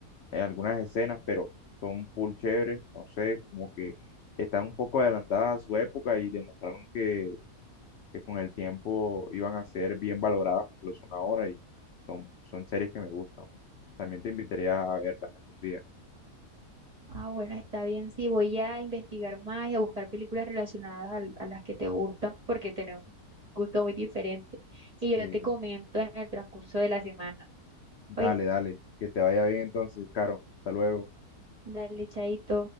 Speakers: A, on the left; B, on the right.
A: en algunas escenas, pero son full chéveres, no sé, como que están un poco adelantadas a su época y demostraron que que con el tiempo iban a ser bien valoradas como lo son ahora y son, son series que me gustan. También te invitaría a verlas algún día.
B: Ah, bueno, está bien. Sí, voy a investigar más y a buscar películas relacionadas al- a, las que te gustan porque tenemos gustos muy diferentes. Y
A: Sí.
B: yo te comento en el transcurso de la semana.
A: Dale,
B: Oye,
A: dale. Que te vaya bien entonces, Caro. Hasta luego.
B: dale, chaito.